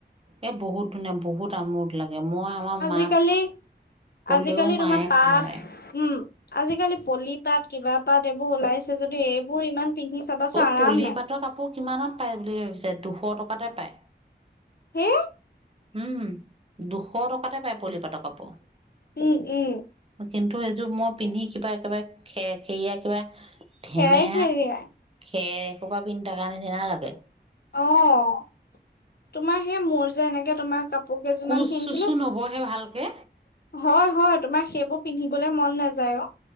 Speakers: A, on the right; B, on the left.
A: এ, বহুত ধুনীয়া! বহুত আমোদ লাগে। মই আমাৰ
B: আজিকালি,
A: মাক কলেও
B: আজিকালি
A: মায়ে
B: তোমাৰ পাট,
A: নোৱাৰে।
B: উম। আজিকালি পলি-পাট, কিবা পাত, এইবোৰ ওলাইছে যদিও, এইবোৰ ইমান পিন্ধি চাবাচোন
A: অ'!
B: আৰাম
A: পলি-পাটৰ
B: নাই
A: কাপোৰ কিমানত পায় বুলি ভাবিছে, দুশ টকাতে পায়।
B: হে!
A: উম, দুশ টকাতে পাই, পলি-পাটৰ কাপোৰ।
B: উম উম
A: কিন্তু, এইযোৰ মই পিন্ধি কিবা একেবাৰে, খেৰ- খেৰিয়া কিবা, ধেমেহা
B: খেৰ-খেৰিয়া।
A: খেৰ এসোপা পিন্ধি থকাৰ নিচিনা লাগে।
B: অ'! তোমাৰ সেই, মোৰ যে এনেকে, তোমাৰ কাপ কাপোৰ কেইযোৰমান
A: কোচ
B: কিনিছিলোঁ।
A: চোচো
B: হয়,
A: নবহে ভালকে
B: হয়! তোমাৰ, সেই বোৰ পিন্ধিবলে মন নাযায়, অ'!